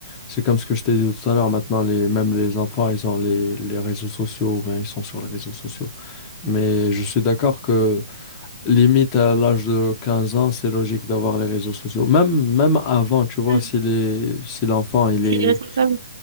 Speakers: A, on the left; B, on the right.
A: C'est comme ce que je t'ai dit tout à l'heure, maintenant, les... même les enfants, ils ont les, les réseaux sociaux, ben ils sont sur les réseaux sociaux. Mais je suis d'accord que limite à l'âge de 15 ans, c'est logique d'avoir les réseaux sociaux. Même, même avant, tu vois,
B: Ouais.
A: si les... si l'enfant, il
B: C'est
A: est...
B: irresponsable.